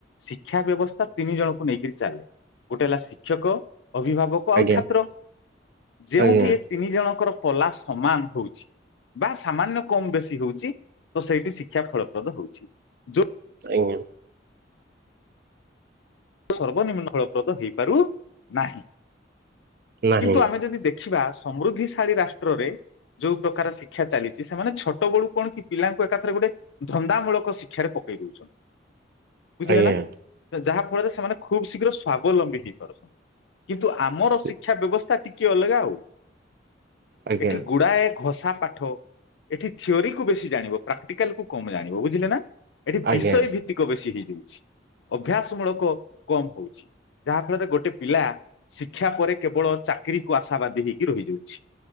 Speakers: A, on the left; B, on the right.
A: ଶି ଶିକ୍ଷା ବ୍ୟବସ୍ଥା ତିନି ଜଣଙ୍କୁ ନେଇକରି ଚାଲେ ଗୋଟେ ହେଲା ଶି ଶିକ୍ଷକ ଅଭିଭାବକ ଆଉ
B: ଆଜ୍ଞା
A: ଛାତ୍ର ଯେଉଠି
B: ଆଜ୍ଞା ଆଜ୍ଞା
A: ଏ ତିନି ଜଣଙ୍କର ପଲା ସମାନ ହଉଛି ବା ସାମାନ୍ୟ କମ୍ ବେଶୀ ହଉଛି ତ ସେଇଠି ଶିକ୍ଷା ଫଳପ୍ରଦ ହଉଛି ଯଉ
B: ଏଇ ଭଳିଆ।
A: ସର୍ବନିମ୍ନ ଫଳପ୍ରଦ ହେଇ କରୁ ନାହିଁ।
B: ନାହିଁ
A: କିନ୍ତୁ ଆମେ ଯଦି ଦେଖିବା ସମୃଦ୍ଧିଶାଳୀ ରାଷ୍ଟ୍ର ରେ ଯୋଉ ପ୍ରକାର ଶିକ୍ଷା ଚାଲିଛି ସେମାନେ ଛୋଟ ବେଳୁ କଣ କି ପିଲାଙ୍କୁ ଏକାଥରେ ଗୋଟେ ଧନ୍ଦାମୂଳକ ଶିକ୍ଷାାରେ ପକେଇ ଦଉଛନ୍ତି। ବୁଝିଲେ
B: ଆଜ୍ଞା
A: ନା ତ ଯାହା ଫଳରେ ସେମାନେ ଖୁବ୍ ଶୀଘ୍ର ସ୍କ ସ୍ବାବଲମ୍ବୀ ହେଇପାରୁଛନ୍ତି। କିନ୍ତୁ
B: ନିଶ୍ଚୟ
A: ଆମର ଶିକ୍ଷା ବ୍ୟବସ୍ଥା ଟି ଟିକେ ଅଲଗା ଆଉ।
B: ଆଜ୍ଞା
A: ଏଠି ଗୁଡାଏ ଘଷା ପାଠ ଏଠି ଥିଓରୀ କୁ ବେଶୀ ଜାଣିବ ପ୍ରାକ୍ଟିକାଲ୍ କୁ କମ ଜାଣିବ ବୁଝିଲେ ନା। ଏଠି
B: ଆଜ୍ଞା
A: ବିଷୟ ଭିତ୍ତିକ ବେଶୀ ହେଇ ହେଉଛି ଅଭ୍ୟାସ ମୂଳକ କମ୍ ହଉଛି ଯାହାଫଳରେ ଗୋଟେ ପିଲା ଶିକ୍ଷା ପରେ କେବଳ ଚା ଚାକିରିକୁ ଆଶାବାଦୀ ହେଇକି ରହିଯାଉଛି